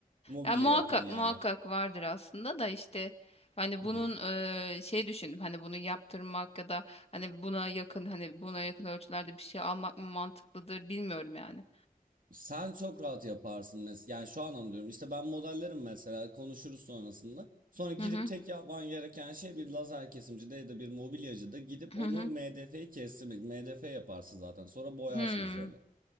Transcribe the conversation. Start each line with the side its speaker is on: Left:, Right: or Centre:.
Right: Mobilya
Left: Ya muhakkak
Right: yapan yerler.
Left: muhakkak vardır aslında da işte hani
Right: Hı
Left: bunun
Right: hı.
Left: eee, şey düşündüm hani bunu yaptırmak ya da hani buna yakın hani buna yakın ölçülerde bir şey almak mı mantıklıdır bilmiyorum yani.
Right: Sen çok rahat yaparsın mesela. Yani şu anlamda diyorum. İşte ben modellerim mesela. Konuşuruz sonrasında. Sonra gidip
Left: Hı hı
Right: tek yapman gereken şey bir lazer kesimcide ya da bir mobilyacıda gidip
Left: hı
Right: onu
Left: hı.
Right: MDF'yi kestirmek. MDF yaparsın zaten. Sonra boyarsın
Left: Hmm.
Right: üzerine.